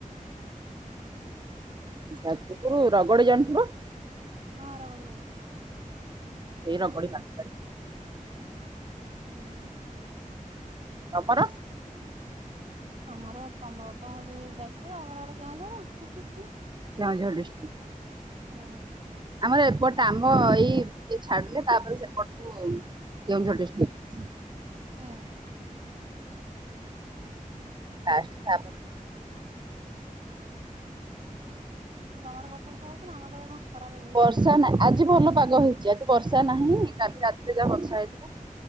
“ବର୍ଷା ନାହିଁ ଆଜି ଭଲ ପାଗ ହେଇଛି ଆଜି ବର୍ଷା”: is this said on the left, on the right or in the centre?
Right